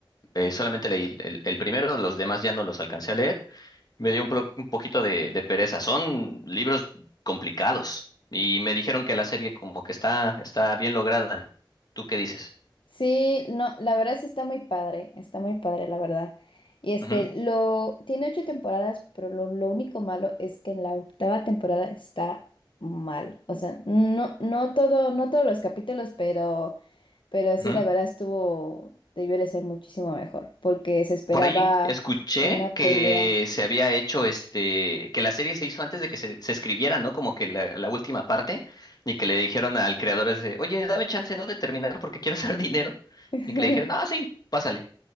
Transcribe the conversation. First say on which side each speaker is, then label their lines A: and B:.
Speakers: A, on the left; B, on the left.
A: Eh, solamente leí el, el- el primero, los demás ya no los alcancé a leer. Me dio un, pro- un poquito de, de pereza. Son libros complicados y me dijeron que la serie como que está, está bien lograda. ¿Tú qué dices?
B: Sí, no, la verdad sí está muy padre, está muy padre, la verdad. Y este,
A: Ujú,
B: lo, tiene ocho temporadas, pero lo, lo único malo es que en la octava temporada está mal. O sea, no, no todo, no todos los capítulos, pero, pero sí,
A: ujú.
B: la verdad estuvo, debió de ser muchísimo mejor, porque se esperaba
A: Por ahí escuché
B: una
A: que
B: pelea.
A: se había hecho este, que la serie se hizo antes de que se, se escribiera, ¿no? Como que la, la última parte y que le dijeron al creador es de, oye, dame chance, ¿no? De terminar porque quiero hacer <laughs> dinero.
B: <laughs>
A: Y que le dijeron, no, sí, pásale.